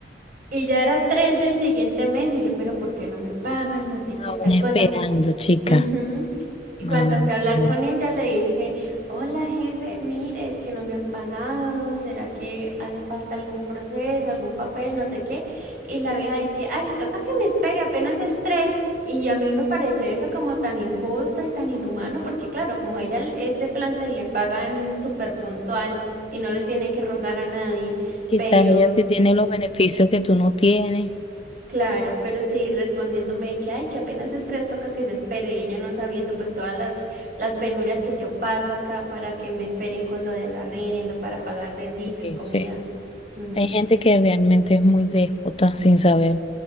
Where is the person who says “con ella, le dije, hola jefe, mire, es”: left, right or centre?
Right